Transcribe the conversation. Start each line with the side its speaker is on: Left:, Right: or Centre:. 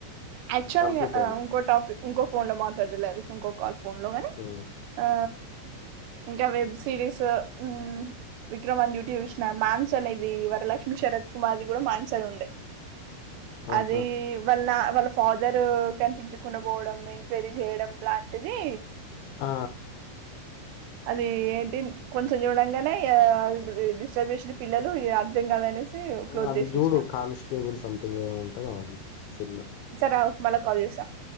Right: ఆక్టువల్
Left: కంప్లీట్
Right: గా ఆ
Left: అయింది
Right: ఇంకో టాపిక్ ఇంకో ఫోన్ లో మాట్లాడుదులే అది ఇంకో కాల్ ఫోన్ లో గానీ
Left: ఉమ్
Right: ఆ ఇంకా వెబ్ సిరీసా ఊ విక్రమ్ ఆన్ డ్యూటీ చూశిన. మాన్స్ అనేవీ వరలక్ష్మి శరత్ కుమార్ది గూడా మాన్సన్ ఉండే
Left: ఆహా
Right: అదీ వల్నా వాళ్ళ ఫాదరూ కనిపించకుండా పోవడం, ఎంక్వైరీ చేయడం లాంటిదీ
Left: ఆ
Right: అది ఏటిన్ కొంచెం చూడంగానే య అ డిస్టర్బ్ చేసిన పిల్లలు ఇగ అర్ధం కాదనేసి
Left: అ
Right: క్లోజ్
Left: అది
Right: చేసేసిన.
Left: జూడు కాన్స్టేబుల్ సంథింగ్ ఏ ముంటది ఆమె సినిమా
Right: రావ్ మల్లా కాల్ చేశా